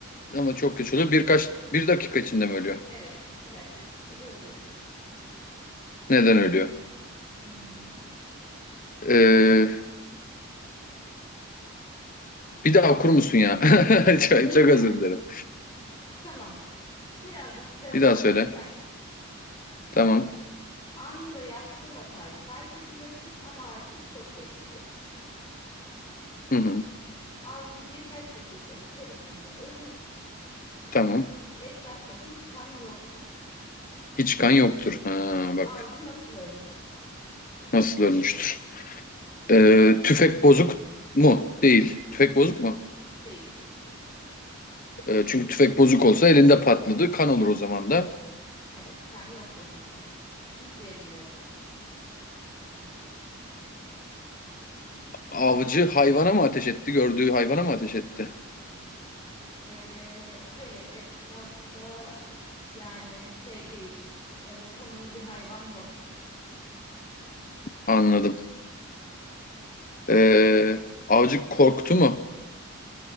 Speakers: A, on the left (about 40°); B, on the left (about 20°).
A: Ama çok geç oluyor. Birkaç, bir dakika içinde mi ölüyor?
B: Evet, bir dakika içinde de ölüyor.
A: Neden ölüyor?
B: Hı hı.
A: Ee, Bir daha okur musun ya? <laughs> Çok,
B: <laughs>
A: çok özür dilerim.
B: Tamam. Bir avcı silahını
A: Bir daha
B: ateşler.
A: söyle. Tamam.
B: Anında yaptığı hatayı fark edecektir ama artık çok geçtir.
A: Hı hı.
B: Avcı birkaç dakika içerisinde ölür.
A: Tamam.
B: Etrafta hiç kan yoktur.
A: Hiç kan yoktur. Ha, bak
B: Avcı nasıl ölmüştür?
A: nasıl ölmüştür. Ee, tüfek bozuk mu? Değil. Tüfek bozuk mu?
B: Değil.
A: Ee, çünkü tüfek bozuk olsa elinde patladı. Kan olur o zaman da.
B: Evet, kan yok elinde. Hiçbir yerinde yok.
A: Avcı hayvana mı ateş etti? Gördüğü hayvana mı ateş etti?
B: Ee, hayır, etrafta yani şey değil. Öyle tanımlı bir hayvan yok.
A: Anladım. Ee, avcı korktu mu?